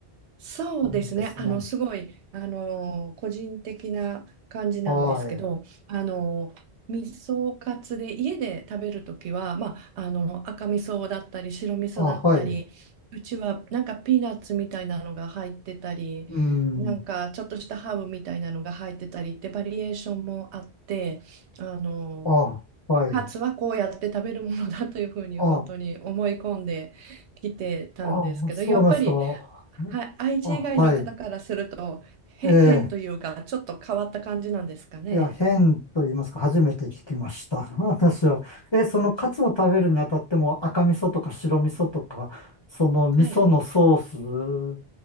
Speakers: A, on the right; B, on the left.
A: そうですね。
B: 感じですね。
A: あの、すごい、あの、個人的な感じなんですけど、
B: はい。
A: あの、味噌カツで家で食べるときは、まあ、あの赤味噌だったり白味噌だったりうちはなんかピーナッツみたいなのが入ってたりなんかちょっとしたハーブみたいなのが入ってたりってバリエーションもあってあの
B: あ、はい。うん。あ、はい。
A: カツはこうやって食べるものだというふうに本当に思い込んできてたんですけど、
B: あ、ああ、そうなんですか。
A: やっぱりは愛知以外の方からするとへ変というか、
B: あ、はい。ええ、
A: ちょっと変わった感じなんですかね。
B: いや、変と言いますか、初めて聞きました。<laughs> 私は。え、そのカツを食べるにあたっても赤味噌とか白味噌とか、その味噌のソース
A: はい、